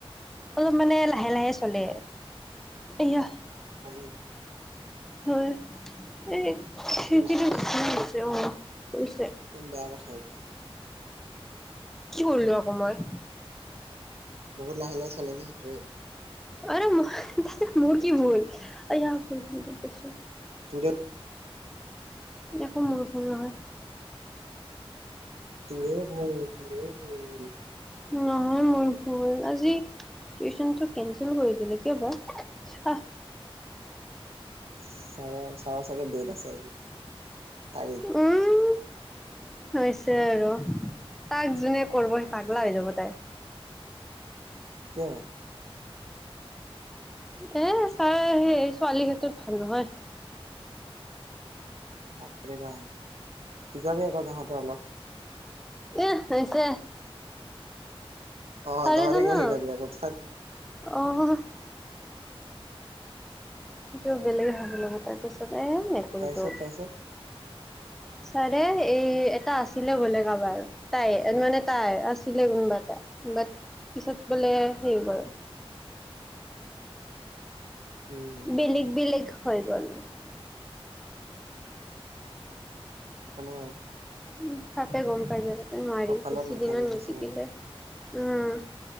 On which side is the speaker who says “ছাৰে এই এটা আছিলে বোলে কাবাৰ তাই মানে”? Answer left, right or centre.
Centre